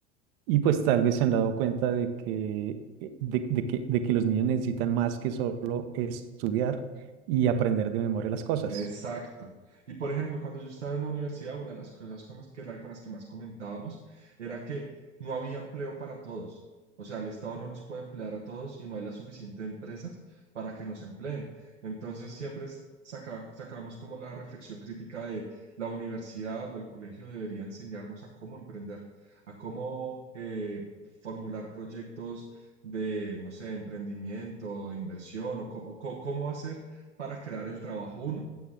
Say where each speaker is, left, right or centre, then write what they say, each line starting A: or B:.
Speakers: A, on the right; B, on the right.
A: y pues tal vez se han dado cuenta de que, eh, de, de que, de que los niños necesitan más que solo estudiar y aprender de memoria las cosas
B: Exacto. Y por ejemplo, cuando yo estaba en la universidad, una de las cosas con las que, la- con las que más comentábamos era que no había empleo para todos. O sea, el Estado no nos puede emplear a todos y no hay las suficientes empresas para que nos empleen. Entonces, siempre es- saca- sacábamos como la reflexión crítica de la universidad o el colegio debería enseñarnos a cómo emprender, a cómo eh, formular proyectos de, no sé, emprendimiento, inversión o co- o co- cómo hacer para crear el trabajo uno